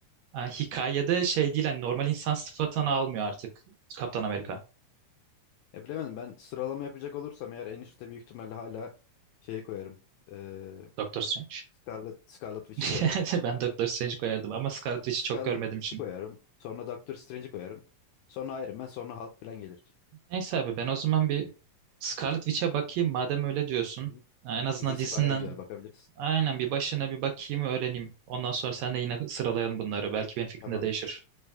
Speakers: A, on the right; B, on the left.
A: e, hikayede şey değil hani normal insan sıfatını almıyor artık Kaptan Amerika.
B: Hı hı. Ya bilemedim ben sıralama yapacak olursam eğer en üstte büyük ihtimalle hala şeyi koyarım. Ee,
A: Doctor Strange.
B: Scarlet, Scarlet Witch'i
A: <laughs>
B: koyarım.
A: Ben Doctor Strange koyardım ama Scarlet Witch'i
B: Scarlet
A: çok görmediğim
B: Witch'i
A: için.
B: koyarım. Sonra Doctor Strange'i koyarım. Sonra Iron Man, sonra Hulk falan gelir.
A: Neyse abi ben o zaman bir Scarlet Witch'e bakayım madem öyle diyorsun.
B: Hı hı.
A: En azından
B: Dizisi
A: dizisinden
B: baya güzel bakabiliriz.
A: aynen bir başına bir bakayım öğreneyim. Ondan sonra sen de yine sıralayalım bunları. Belki benim fikrim
B: Tamamdır.
A: de değişir.